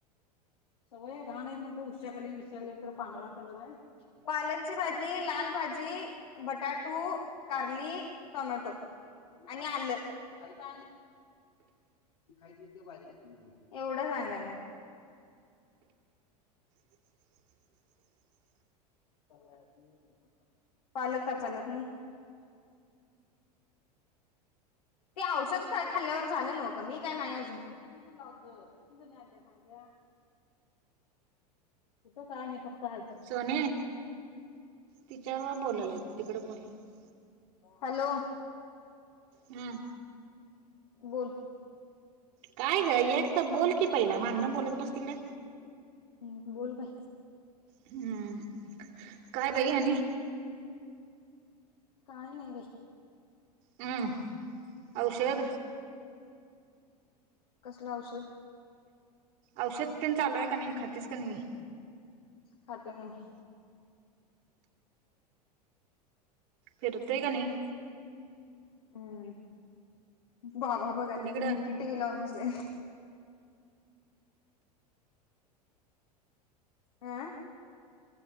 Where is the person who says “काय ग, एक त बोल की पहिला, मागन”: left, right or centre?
Right